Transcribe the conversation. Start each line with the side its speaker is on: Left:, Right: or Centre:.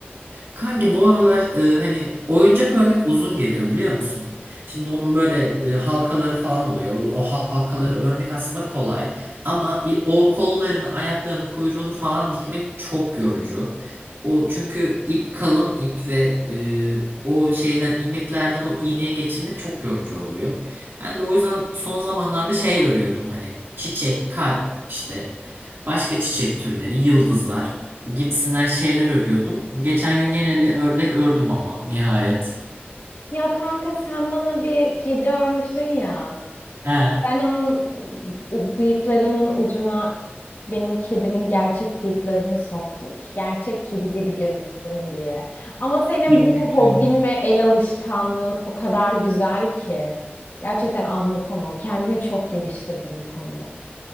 Right: Kanki bu aralar e, hani oyuncak örmek uzun geliyor biliyor musun? Şimdi onun böyle e, halkaları falan oluyor. O halkaları örmek aslında kolay ama i- o kollarını, ayaklarını, kuyruğunu falan dikmek çok yorucu. O çünkü ip kalın ip ve e, o şeyden ilmeklerden o iğneye geçirmek çok yorucu oluyor. Ben de o yüzden son zamanlarda şey örüyordum hani çiçek, kalp işte başka çiçek türleri, yıldızlar gibisinden şeyler örüyordum. Geçen gün gene bir ördek ördüm ama nihayet.
Left: Ya kanka sen bana bir kedi örmüştün ya.
Right: He.
Left: Ben onun bu- bıyıklarının ucuna benim kedimin gerçek bıyıklarını soktum ki gerçek kedi gibi gözüksün diye. Ama senin
Right: Ne mükemmel.
Left: bu hobin ve el alışkanlığın o kadar güzel ki. Gerçekten anlatamam. Kendini çok geliştirdim bu konuda.